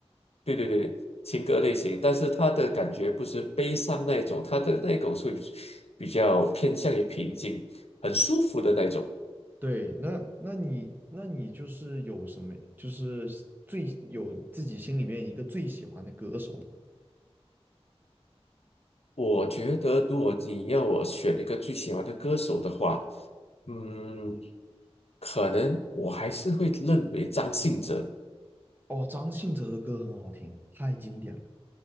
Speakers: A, on the left; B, on the right.
A: 对对对对，情歌类型，但是他的感觉不是悲伤那一种，他的那种是比较偏向于平静，很舒服的那种。
B: 对，那那你那你就是有什么，就是最有自己心里面一个最喜欢的歌手吗
A: 我觉得如果你要我选一个最喜欢的歌手的话，嗯，可能我还是会认为张信哲。
B: 哦，张信哲的歌很好听，太经典了。